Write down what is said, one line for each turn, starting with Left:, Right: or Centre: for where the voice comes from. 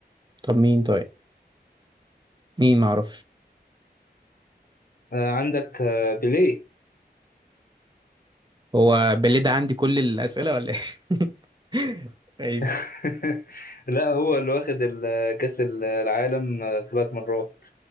Right: طب مين طيب مين معرفش
Left: آه، عندك آه، بيليه
Right: هو بليد عندي كل الأسئلة ولا ايه <laughs> ماشي
Left: <laughs> لا هو اللي واخد ال- كأس العالم آه، ثلاث مرات